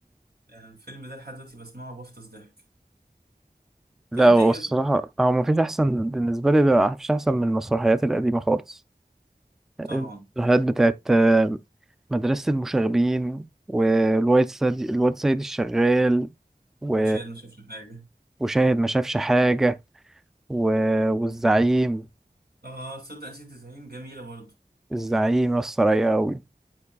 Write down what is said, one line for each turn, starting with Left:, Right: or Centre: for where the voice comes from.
Right: يعني الفيلم ده لحد دلوقتي بسمعه وبفطس ضحك
Centre: لا
Right: طب انت
Centre: هو
Right: ايه
Centre: الصراحة
Right: في-
Centre: هو مفيش أحسن بالنسبة لي لا مفيش أحسن من المسرحيات القديمة خالص يعني
Right: طبعا
Centre: المسرحيات بتاعت آه، مدرسة المشاغبين والواد سيد الواد سيد الشغال و...
Right: وشاهد ما شافش حاجة
Centre: وشاهد ما شافش حاجة و... والزعيم
Right: اه تصدق نسيت زعيم جميلة برضو
Centre: الزعيم يسطا رايقة أوي